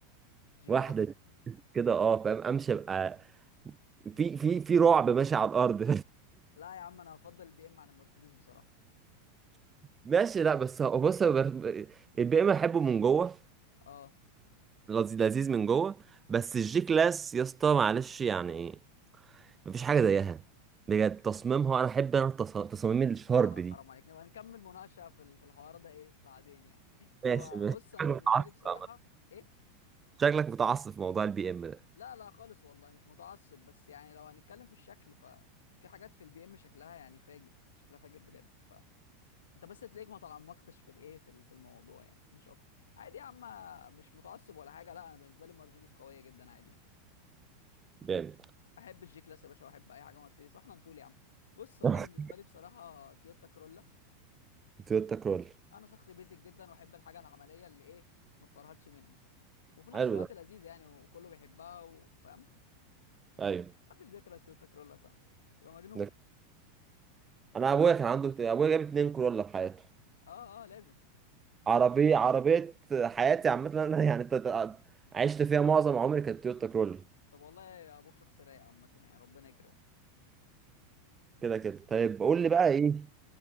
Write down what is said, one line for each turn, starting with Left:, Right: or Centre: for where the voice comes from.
Left: جي
Right: واحدة
Left: كلاس
Right: دي كده اه فاهم امشي ابقى في في في رعب ماشي على الارض
Left: لا يا عم انا هفضل البي ام عن المرسيدس بصراحه
Right: <laughs> ماشي لا بس هو بص هو بر- البي ام احبه من جوه
Left: اه
Right: لذيذ لذيذ من جوه بس الجي كلاس يا اسطى معلش يعني مفيش حاجة زيها بجد تصميمها انا احب انا التص- تصاميم الشارب
Left: لا لا
Right: دي
Left: حرام عليك نبقى نكمل مناقشه في ال- في الحوار ده ايه بعدين يعني <laughs> طب
Right: ماشي ماشي
Left: بص
Right: <laughs> شكلك
Left: انا بالنسبه
Right: متعصب
Left: لي بصراحه
Right: عامة.
Left: ايه
Right: شكلك متعصب في موضوع البي ام ده
Left: لا لا خالص والله مش متعصب بس يعني لو هنتكلم في الشكل ففي حاجات في البي ام شكلها يعني فاجر شكلها فاجر بجد فانت بس تلاقيك ما تعمقتش في الايه في ال- في الموضوع يعني مش اكتر عادي يا عم مش متعصب ولا حاجه لا انا بالنسبه لي مرسيدس قويه جدا عادي يعني
Right: جامد
Left: احب الجي كلاس يا باشا واحب اي حاجه مرسيدس واحنا نطول يا عم بص انا
Right: <laughs>
Left: بالنسبه لي بصراحه تويوتا كرولا
Right: تويوتا كرول
Left: انا شخص بيزك جدا واحب الحاجه العمليه اللي ايه ما تفرهدش مني وفي نفس
Right: حلو
Left: الوقت
Right: ده
Left: لذيذه يعني وكله بيحبها وفاهم
Right: ايوه <laughs>
Left: محدش بيكره التويوتا كرولا صح يبقى مجنون
Right: ده- انا ابويا كان عنده ابويا جاب اتنين كرولا في حياته
Left: اه اه لازم
Right: عربية عربية حياتي عامة أنا يعني تت- عشت فيها معظم عمري كانت تويوتا كرول
Left: طب والله يا ابوك شخص رايق عامه يعني ربنا يكرمه
Right: كده كده طيب قول لي بقى إيه